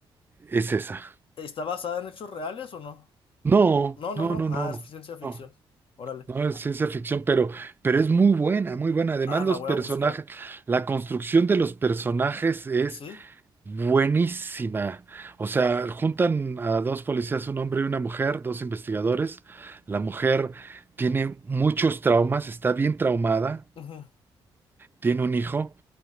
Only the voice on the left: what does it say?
¿Está basada en hechos reales o no?
No, no,
no.
Ah,
es ciencia ficción.
Órale.
Ah,
ah,
la voy
a buscar.
¿Sí?
Ujú.